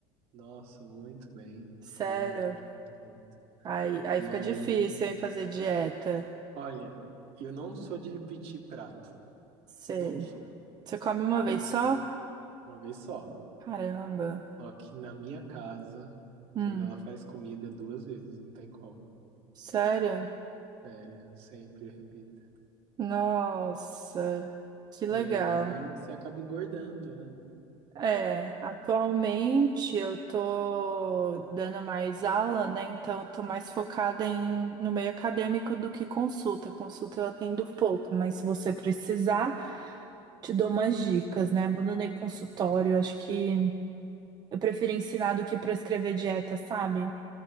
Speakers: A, on the right; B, on the right.
A: Nossa, muito bem.
B: Sério?
A: Muito, muito, muito.
B: Aí, aí
A: E
B: fica
A: aí,
B: difícil, hein, fazer dieta.
A: olha, eu não sou de repetir prato.
B: Sei.
A: Não sou.
B: Você come uma
A: Hum,
B: vez só?
A: Uma vez só.
B: Caramba.
A: Só que na minha casa,
B: Hum,
A: quando ela faz comida, é duas vezes. Não tem como.
B: sério?
A: Sério, sempre eu repito.
B: Nossa, que legal.
A: E aí você acaba engordando, né?
B: É, atualmente eu tô dando mais aula, né? Então eu tô mais focada em, no meio acadêmico do que consulta. Consulta eu atendo pouco, mas se você precisar, te dou umas dicas, né? Abandonei consultório, acho que eu prefiro ensinar do que prescrever dieta, sabe?